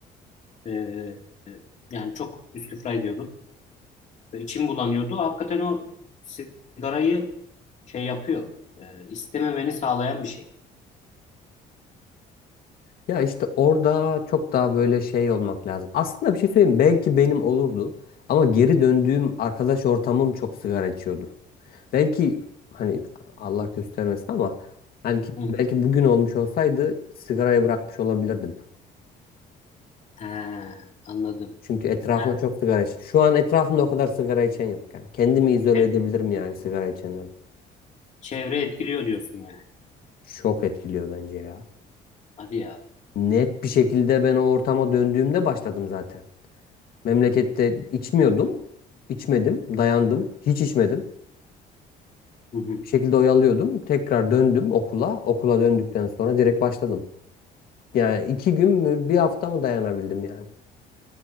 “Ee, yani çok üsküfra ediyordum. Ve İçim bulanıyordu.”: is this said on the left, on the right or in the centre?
Left